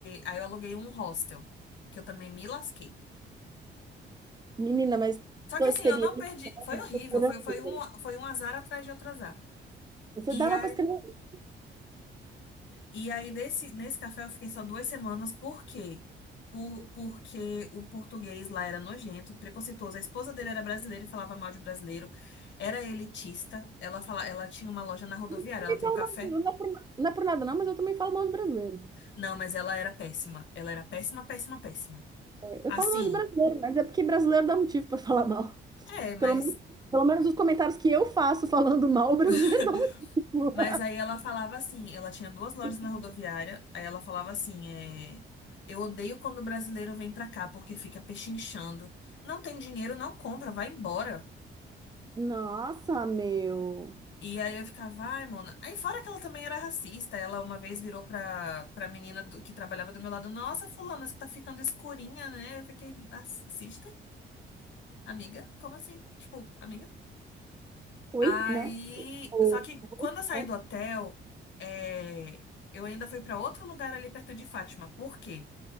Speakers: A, on the left (about 65°); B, on the right (about 20°).
A: aí eu aluguei um hostel, que eu também me lasquei.
B: Menina, mas
A: Só
B: sua
A: que assim,
B: experiência
A: eu não perdi. Foi horrível.
B: será
A: Foi,
B: horrível.
A: foi, um, foi um azar atrás de outro azar.
B: Você
A: E,
B: dava
A: a,
B: pra escrever. Eu
A: e aí, nesse, nesse café, eu fiquei só duas semanas. Por quê? Por, porque o português lá era nojento, preconceituoso. A esposa dele era brasileira e falava mal de brasileiro. Era elitista. Ela, fala, ela tinha uma loja na rodoviária.
B: também
A: Ela tem
B: falo
A: um café.
B: mal de- Não é por, não é por nada, não, mas eu também falo mal de brasileiro.
A: Não, mas ela era péssima. Ela era péssima, péssima, péssima.
B: É,
A: Assim,
B: eu falo mal de brasileiro, mas é porque brasileiro dá motivo pra falar mal.
A: é, mas.
B: Pelo menos, pelo menos os comentários que eu faço falando mal, o brasileiro
A: <laughs>
B: dá motivo.
A: Mas aí ela falava assim, ela tinha duas lojas
B: <laughs>
A: na rodoviária, aí ela falava assim, é, eu odeio quando o brasileiro vem pra cá, porque fica pechinchando. Não tem dinheiro, não compra, vai embora.
B: Nossa, meu.
A: E aí eu ficava, ai, mona. Aí fora que ela também era racista, ela uma vez virou pra, pra menina do- que trabalhava do meu lado, nossa, fulana, você tá ficando escurinha, né? Eu fiquei, racista? Amiga? Como assim? Tipo, amiga?
B: Oi,
A: Aí,
B: né? Ou,
A: só que
B: oi,
A: quando eu saí
B: né?
A: do hotel, é, eu ainda fui pra outro lugar ali perto de Fátima. Por quê?